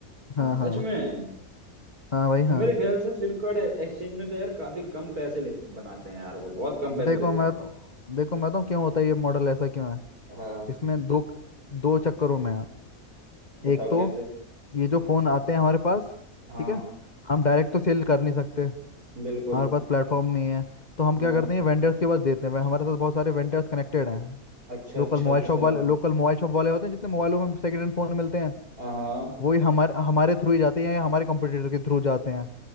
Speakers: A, on the left; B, on the right.
A: हाँ हाँ
B: सच में
A: हाँ भाई हाँ
B: मेरे ख्याल से फ्लिपकार्ट एक्सचेंज में तो यार काफी कम पैसे लिख- बनाते हैं यार वो बहुत कम पैसे
A: देखो
B: देते
A: मैं
B: हैं
A: तो देखो मैं तो क्यों होता है ये मॉडल ऐसा क्यों है
B: हाँ
A: इसमें दो दो चक्करों में है
B: बताओ
A: एक तो
B: कैसे
A: ये जो फ़ोन आते हैं हमारे पास
B: हाँ
A: ठीक है हम डायरेक्ट तो सेल कर नहीं सकते
B: बिल्कुल
A: हमारे पास प्लेटफॉर्म नहीं है तो हम
B: हाँ
A: क्या करते हैं वेंडर्स के पास देते हैं वे- हमारे साथ बहुत सारे वेंडर्स कनेक्टेड हैं
B: अच्छा
A: लोकल
B: अच्छा
A: मोबाइल
B: अच्छा
A: शॉप वाले लोकल मोबाइल शॉप वाले होते हैं जितने मोबाइलों में सेकंड हैंड फ़ोन मिलते हैं
B: हाँ हाँ।
A: वही हमारे हमारे थ्रू ही जाते हैं या हमारे कंपटीटर के थ्रू जाते हैं